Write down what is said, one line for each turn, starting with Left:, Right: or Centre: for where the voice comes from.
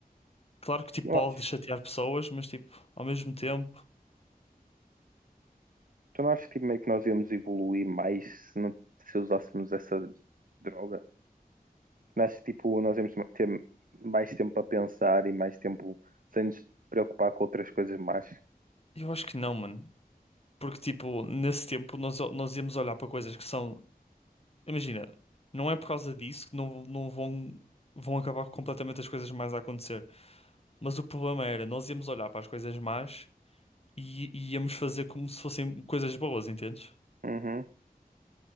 Left: Claro que, tipo,
Right: eu
Left: pode
Right: acho.
Left: chatear pessoas, mas, tipo, ao mesmo tempo.
Right: Tu não achas que, tipo, meio que nós íamos evoluir mais se, não, se usássemos essa droga? Não achas que tipo, nós íamos ter mais tempo para pensar e mais tempo sem nos preocupar com outras coisas mais?
Left: Eu acho que não, mano. Porque, tipo, nesse tempo nós, nós íamos olhar para coisas que são. Imagina, não é por causa disso que não, não vão, vão acabar completamente as coisas mais a acontecer. Mas o problema era, nós íamos olhar para as coisas más e, e íamos fazer como se fossem coisas boas, entendes?
Right: Uhum.